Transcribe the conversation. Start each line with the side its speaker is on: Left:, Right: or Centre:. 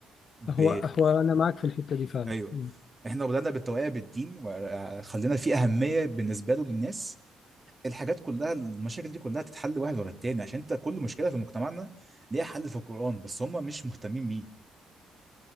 Right: ب
Left: هو هو انا معاك في الحته دي فعلا
Right: ايوه
Left: مم.
Right: احنا لو بدانا بالتوعيه بالدين وخلينا فيه اهميه بالنسبه له للناس الحاجات كلها المشاكل دي كلها تتحل واحد ورا التاني عشان انت كل مشكله في مجتمعنا ليها حل في القرآن بس هم مش مهتمين بيه